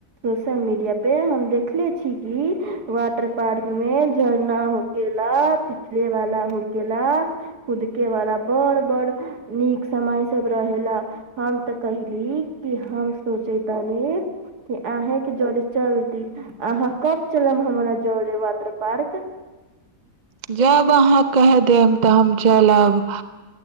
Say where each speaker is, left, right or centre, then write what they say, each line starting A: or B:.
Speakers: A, on the right; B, on the right.
A: सोशल मीडिया पे हम देखले छी की वाटर पार्क में झरना हो केेला पिछले वाला हो केेला कुदके वाला बड़ बड़ नीक समय रहे ला हम तऽ कहली कि हम सोचतानि अहिंके जरे चल अहाँ कब चलब हम जरे वाटर पार्क
B: जब अहाँ कहि देब तऽ हम चलब